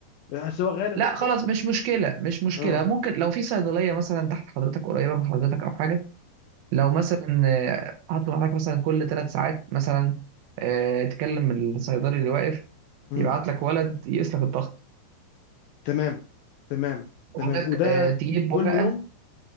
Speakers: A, on the left (about 80°); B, on the right (about 70°).
A: بس هو غالي يا
B: لا
A: دكتور
B: خلاص مش مشكله مش مشكله
A: اه
B: ممكن لو في صيدليه مثلا تحت حضرتك قريبه من حضرتك او حاجه لو مثلا آه، هطلب حضرتك مثلا كل ثلاث ساعات مثلا آه، تكلم الصيدلي اللي واقف
A: امم
B: يبعت لك ولد يقيس لك الضغط
A: تمام تمام
B: وحضرتك
A: تمام وده
B: آه، تجيب
A: كل
B: ورقه
A: يوم